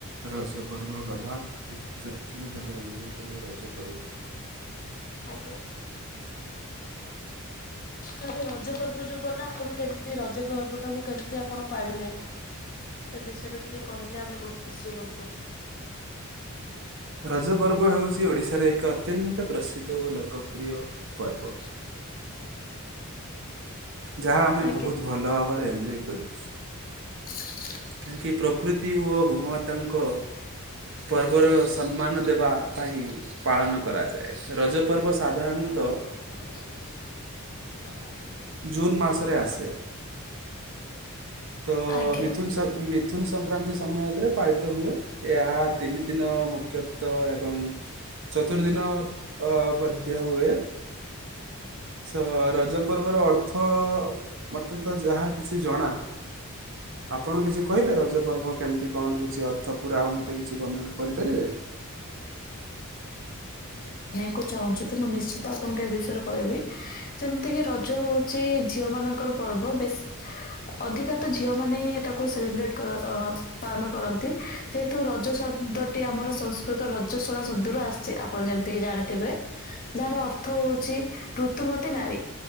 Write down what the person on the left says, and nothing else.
ଆଜ୍ଞା। ତାଲେ ରଜ ପର୍ବ ଯୋଉ ଗଲା ଆପଣ କେମିତି ରଜ ପର୍ବ ଟାକୁ କେମିତି ଆପଣ ପାଳିଲେ? ସେ ବିଷୟରେ ଟିକେ କହିଲେ ଆମେ ବହୁତ ଖୁସି ହୁଅନ୍ତୁ।
ହ
ଆଜ୍ଞା
<inaudible>
<inaudible>
ଆଜ୍ଞା
ଚାହୁ ମୁଁ ନିଶ୍ଚିତ ଆପଣଙ୍କୁ ଏ ବିଷୟରେ କହିବି, ଯେମିତି କି ରଜ ହଉଛି ଝିଅ ମାନଙ୍କର ପର୍ବ ବେଶ ଅଧିକା ତ ଝିଅ ମାନେ ହିଁ ଏଟାକୁ ସେଲିବ୍ରେଟ ପାଳନ କରନ୍ତି। ଯେହେତୁ ରଜ ଶବ୍ଦ ଟି ଆମର ସଂସ୍ କୃତ ରଜ ଶୁଣା ଶବଦରୁ ଆସିଛି, ଆପଣ ଯେମିତିକି ଜାଣିଥିବେ ଯାହାର ଅର୍ଥ ହଉଛି ଋତୁ ମତେ ନାରୀ